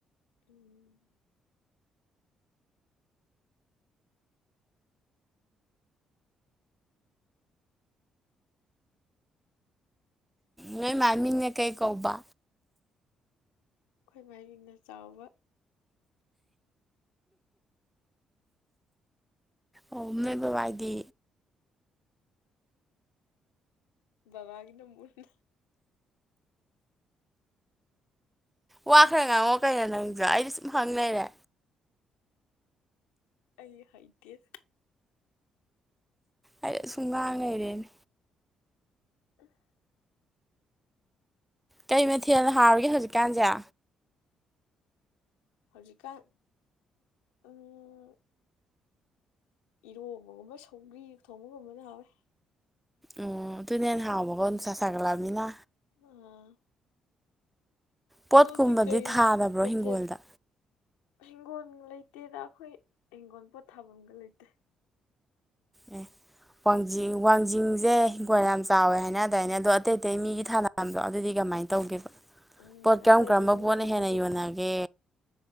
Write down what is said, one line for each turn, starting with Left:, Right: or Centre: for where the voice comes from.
Left: ꯎꯝ
Centre: ꯅꯣꯏ ꯃꯥꯏ ꯃꯤꯡꯅꯥ ꯀꯩ ꯀꯧꯕ
Left: ꯑꯩꯈꯣꯏ ꯃꯥꯏꯃꯤꯡꯅ ꯆꯥꯎꯕ
Centre: ꯑꯣ ꯅꫭꯏ‌‌ ꯕꯕꯥꯏꯗꯤ
Left: ꯕꯕꯥꯒꯤꯅ ꯃꯨꯅꯥ
Centre: ꯋꯥꯈ꯭ꯔ ꯉꯥꯡꯉꯣ ꯀꯩꯅꯣ ꯅꯪꯁꯨ ꯑꯩꯅ ꯁꯨꯝ ꯍꯪꯂꯩꯔꯦ
Left: ꯑꯩ ꯍꯩꯇ‌ꯦ
Centre: ꯑꯩꯅ ꯁꯨꯝ ꯉꯥꯡ ꯂꯩꯔꯦꯅꯦ
Left: ꯎ <unintelligible>
Centre: ꯀꯩ ꯃꯊꯦꯜꯅ ꯍꯥꯎꯔꯤꯒꯦ ꯍꯧꯖꯤꯛꯀꯥꯟꯁꯦ
Left: ꯍꯧꯖꯤꯛꯀꯥꯟ ꯎꯝ ꯏꯔꯣꯕꯒꯨꯝꯕ ꯁꯧꯒ꯭ꯔꯤ ꯊꯣꯡꯕꯒꯨꯝꯕꯅ ꯍꯥꯎꫪ‌ꯦ
Centre: ꯑꫭ ꯑꯗꯨꯅ ꯍꯟꯅ ꯍꯥꯎꯕꯀꫭ ꯅꯨꯡꯁꯥ ꯁꯒꯂꯃꯤꯅꯥ
Left: ꯑꯥ
Centre: ꯄꯣꯠꯀꯨꯝꯕꯗꯤ
Left: ꯁꫭꯝꯗꯤ ꯀꯩ
Centre: ꯊꯥꯗꯕ꯭ꯔꯣ
Left: ꯃꯊ‌ꯦꯜ
Centre: ꯍꯤꯡꯒꯣꯜꯗ
Left: ꯍꯤꯡꯒꯣꯜ ꯂꯩꯇꯦꯗ ꯑꯩꯈꯣꯏ ꯍꯤꯡꯒꯣꯜ ꯄꯣꯠꯊꯥꯕꯝꯒ ꯂꯩꯇꯦ
Centre: ꯑꯦ ꯋꯥꯡꯖꯤꯡ ꯋꯥꯡꯖꯤꯡꯁꯦ ꯍꯤꯡꯈꯣꯜ ꯌꯥꯝ ꯆꯥꯎꯋꯦ ꯍꯥꯏꯅ ꯗꯥꯏꯅꯦ ꯑꯗꯣ ꯑꯇꯩ ꯑꯇꯩ ꯃꯤꯒꯤ ꯊꯥꯅꯕ ꯃꯌꯥꯝꯗꫭ ꯑꯗꯨꯗꯤ ꯀꯃꯥꯏꯅ ꯇꯧꯒꯦꯕ
Left: ꯎꯝ
Centre: ꯄꯣꯠ ꯀꯔꯝ
Left: ꯑꯇꯩ
Centre: ꯀꯔꯝꯕ
Left: ꯑꯇꯩ ꯃꯤꯒꯤꯕꯨꯗꯤ
Centre: ꯄꯣꯠꯅ ꯍꯦꯟꯅ ꯌꯣꯟꯅꯒꯦ